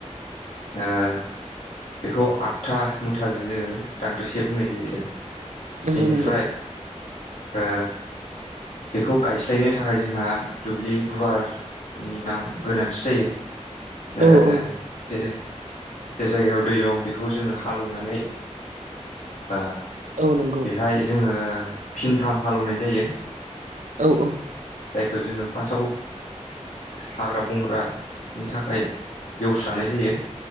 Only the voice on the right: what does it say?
नोंगौ
नोंगौ
औ औ
औ नंगौ
औ औ